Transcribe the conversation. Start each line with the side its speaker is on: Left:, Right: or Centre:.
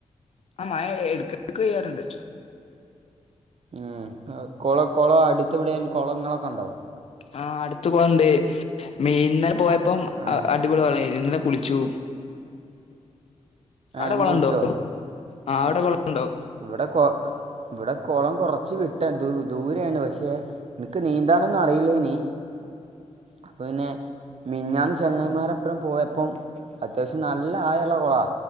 Left: ആ മയ എട്‌ക്കെട്ക്ക് പെയ്യാറുണ്ട്.
Right: ഏഹ് കൊള കൊള അട്ത്തെവ്ടെങ്കിലും കൊളങ്ങളൊക്കെ ഇണ്ടോ?
Left: ആ അടുത്ത് കൊളണ്ട് മി ഇന്നലെ പോയപ്പം
Right: ആ
Left: അഅടിപൊളി വള്ളായ്ര്ന്ന് ഇന്നലെ കുളിച്ചു. അടെ
Right: ഇന്ന്
Left: കൊളണ്ടോ
Right: കുളിച്ചോ
Left: ആ അവടെ കൊളണ്ടോ?
Right: ഇവിടെ കൊ ഇവിടെ കൊളം കൊറച്ച് വിട്ട ദു ദൂരെയാണ് പക്ഷേ. ഇക്ക് നീന്താനൊന്ന് അറില്ലേനി അപ്പോം പിന്നെ മിഞ്ഞാന്ന് ചെങ്ങൈമാരെപ്പഴം പോയപ്പം. അത്യാവ്ശ്യം നല്ല ആയള്ള കൊളാ